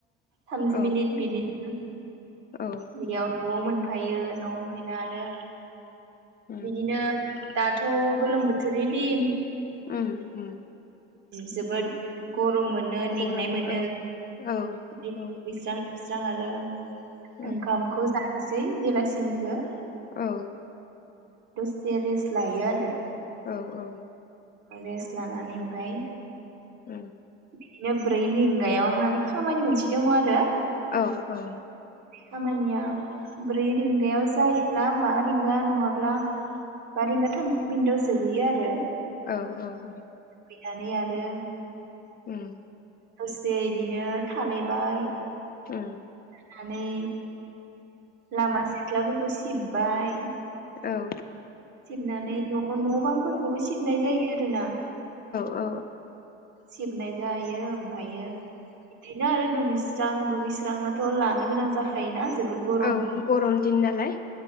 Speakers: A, on the right; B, on the left.
A: थामजि
B: औ
A: मनिट बिदि औ
B: औ
A: बेयाव न'आव मोनफायो न'आव मोनफैना आरो
B: उम
A: बिदिनो दाथ' गोलोम बोथोरनि दिन
B: उम
A: जोबोद गरम मोनो मोनो
B: गरम
A: मेंनाय मोनो
B: औ औ
A: बि दुगैस्रां
B: औ
A: दुगैस्रां आरो
B: उम
A: ओंखामखौ जाना बेलासिनिखौ
B: औ
A: जे रेस लायो आरो
B: औ औ
A: रेस्ट लानानै ओमफाय
B: उम
A: बिदिनो ब्रै लिंगायाव आंनाबो खामानि मोनसे दङ आरो
B: औ औ
A: खामानिया ब्रै रिंगायाव जायो ला बा रिंगा नङाब्ला बा रिंगा थाम मिन्दाव जोबोयो आरो
B: औ औ औ
A: बिनानै आरो
B: उम
A: दसे इदिनो थालायबाय
B: उम
A: नानै लामा सेर थ्लाफोरखौ सिबबाय
B: औ
A: सिबनानै न' न' बां बांफोरखौबो सिबनाय जायो आरोना
B: औ
A: सिबनाय जायो ओमफायो इदिनो आरो दुगैै सि स्रां दुगैस्रांनाथ' लानो गोनां जाख खायोना जोबोद गरम
B: औ गरम दिन नालाय